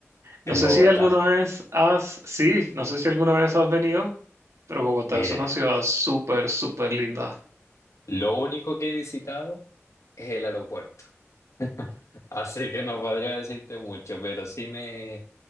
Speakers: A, on the right; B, on the left.
A: No
B: en
A: sé
B: Bogotá.
A: si alguna vez has, sí, no sé si alguna vez has venido, pero Bogotá
B: Mire,
A: es una ciudad súper, súper linda.
B: lo único que he visitado es el aeropuerto. <laughs> Así que no podría decirte mucho, pero sí me,